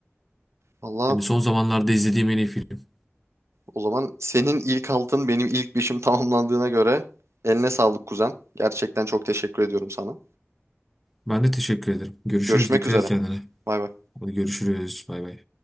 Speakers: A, on the right; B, in the centre.
A: Valla
B: Hani son zamanlarda izlediğim en iyi film.
A: o zaman senin ilk altın benim ilk beşim <laughs> tamamlandığına göre eline sağlık kuzen. Gerçekten çok teşekkür ediyorum sana.
B: Ben de teşekkür ederim. Görüşürüz.
A: Görüşmek
B: Dikkat
A: üzere.
B: et kendine.
A: Bay bay.
B: Hadi görüşürüz. Bay bay.